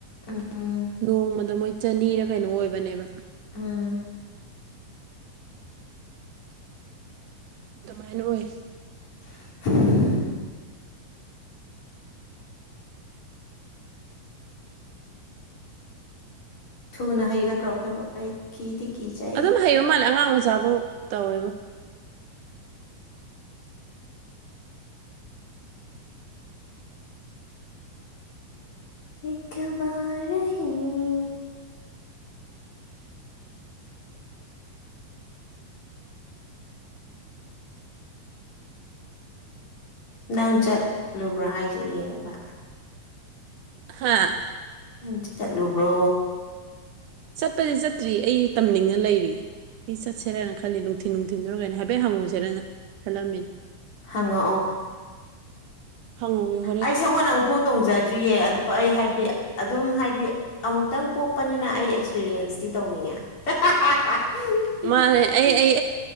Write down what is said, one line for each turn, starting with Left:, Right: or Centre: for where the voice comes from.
Left: ꯎꯝ
Right: ꯅꯣꯡꯃꯗ ꯃꯣꯏ ꯆꯅꯤꯔ ꯀꯩꯅꯣ ꯑꯣꯏꯕꯅꯦꯕ
Left: ꯎꯝ
Right: ꯑꯗꯨꯃꯥꯏꯅ ꯑꯣꯏ
Left: <unintelligible> ꯊꯨꯅ ꯍꯩꯒꯗ꯭ꯔꯣ ꯑꯩꯈꯣꯏꯕꯨ ꯑꯩ ꯀꯤꯗꯤ ꯀꯤꯖꯩ
Right: ꯑꯗꯨꯝ ꯍꯩꯕ ꯃꯥꯜꯂꯦ ꯑꯉꯥꯡ ꯃꯆꯥꯕꯧ ꯇꯧꯋꯦꯕꯣ
Left: <unintelligible> ꯅꯪ ꯆꯠꯂꯨꯕ꯭ꯔꯥ ꯍꯥꯏꯖꯦ ꯌꯦꯡꯕ
Right: ꯍꯥꯥ
Left: ꯅꯪ ꯆꯠꯂꯨꯕ꯭ꯔꯣ
Right: ꯆꯠꯄꯗꯤ ꯆꯠꯇ꯭ꯔꯤ ꯑꯩ ꯇꯝꯅꯤꯡꯉ ꯂꯩꯔꯤ꯫ ꯑꯩ ꯆꯠꯁꯦꯔꯦꯅ ꯈꯜꯂꯤ ꯅꯨꯡꯊꯤꯟ ꯅꯨꯡꯊꯤꯟꯗꯨꯔ ꯀꯩꯅꯣ ꯍꯥꯏꯐꯦꯠ ꯍꯪꯉꯨꯁꯦꯔꯅ ꯈꯜꯂꯝꯃꯤꯅꯤ꯫
Left: ꯍꯪꯉꯛꯑꯣ꯫
Right: ꯍꯪꯉꯣ <unintelligible>
Left: ꯑꯩ ꯁꯒꯣꯟꯅ ꯑꯃꯨꯛꯐꯥꯎ ꯇꯣꯡꯖꯗ꯭ꯔꯤꯌꯦ ꯑꯗꯣ ꯑꯩ ꯍꯥꯏꯕꯗꯤ꯫ ꯑꯗꯨꯝ ꯍꯥꯏꯗꯤ ꯑꯃꯨꯛꯇꯪ ꯄꯣꯛꯄꯅꯤꯅ ꯑꯩ ꯑꯦꯛꯁꯄꯤꯔꯤꯌꯦꯟꯁꯇꯤ ꯇꯧꯅꯤꯡꯉꯦ꯫ <unintelligible>
Right: ꯃꯥꯅꯦ ꯑꯩ ꯑꯩ